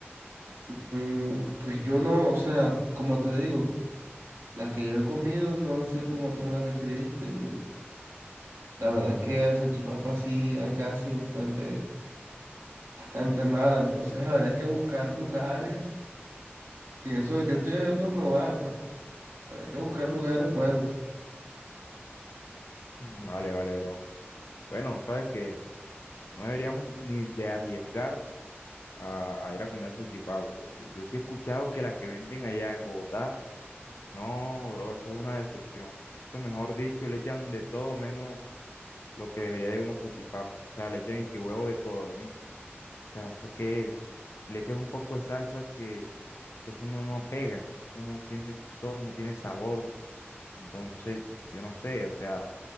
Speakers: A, on the right; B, on the left.
A: mm, pues yo no, o sea, como te digo, las que yo he comido no han sido como tú me las describiste. Y la verdad es que la salchipapa sí, acá sí es bastante, bastante mala. Entonces habría que buscar lugares. Si eso, yo estoy abierto a probar, pero habría que buscar lugares buenos.
B: Mm, Vale, vale, bro. Bueno, sabes que no deberíamos ni de arriesgarnos a, a ir a comer salchipapa, porque yo sí he escuchado que las que venden allá en Bogotá, no, bro, eso es una decepción. Eso, mejor dicho, le echan de todo menos lo que debería de una salchipapa. O sea, le echan y que huevo de codorniz. O sea, ¿eso qué es? Le echan un poco de salsa que, que eso no, no pega, no, no tiene sazón, no tiene sabor. Entonces, yo no sé, o sea,